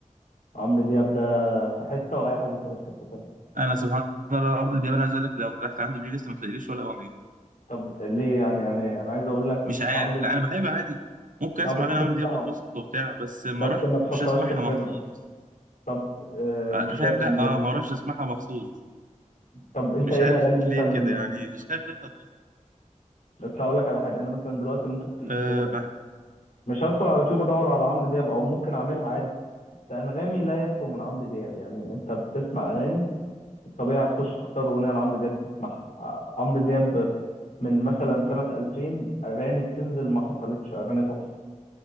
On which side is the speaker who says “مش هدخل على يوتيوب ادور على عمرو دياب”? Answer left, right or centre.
Left